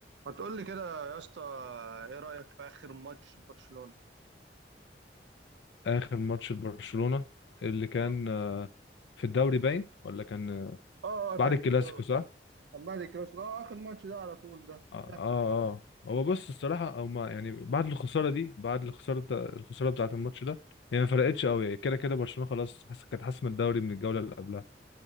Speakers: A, on the right; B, on the left.
A: ما تقول لي كده يا اسطى ايه رأيك في اخر ماتش برشلونة
B: اخر ماتش لبرشلونة اللي كان
A: اه
B: آه، في الدوري باين ولا كان آه،
A: آه، كان
B: بعد الكلاسيكو
A: في الدوري
B: صح
A: كان بعد الكلاسيكو اه اخر ماتش ده على طول ده
B: اه
A: لا
B: اه آه. هو بص الصراحة هما يعني بعد الخسارة دي بعد الخسارة بتا- الخسارة بتاعة الماتش ده هي ما فرقتش قوي يعني كده كده برشلونة خلاص حس- كانت حاسمة الدوري من الجولة اللي قبلها